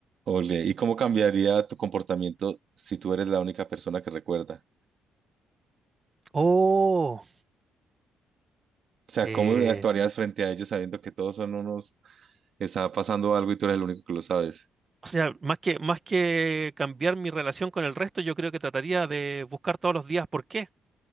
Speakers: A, on the right; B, on the right.
A: Ole, ¿y cómo cambiaría tu comportamiento si tú eres la única persona que recuerda?
B: Oh,
A: O sea,
B: eh,
A: ¿cómo actuarías frente a ellos sabiendo que todos son unos, está pasando algo y tú eres el único que lo sabes?
B: o sea, más que, más que cambiar mi relación con el resto, yo creo que trataría de buscar todos los días por qué.